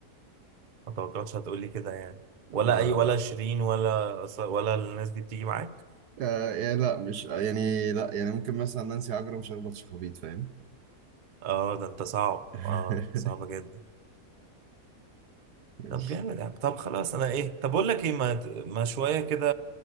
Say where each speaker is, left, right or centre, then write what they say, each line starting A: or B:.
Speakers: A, on the right; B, on the right.
A: ما توقعتش هتقولي كده يعني
B: لا
A: ولا اي ولا
B: لا
A: شيرين ولا ولا الناس دي بتيجي معاك
B: آه، يعني لا مش يعني لا يعني ممكن مثلا نانسي عجرم شخبط شخابيط فاهم
A: اه ده انت صعب
B: <laughs>
A: اه ده انت صعبه جدا
B: <laughs>
A: طب جامد يعني طب خلاص انا ايه طب اقول لك ايه ما, ما شويه كده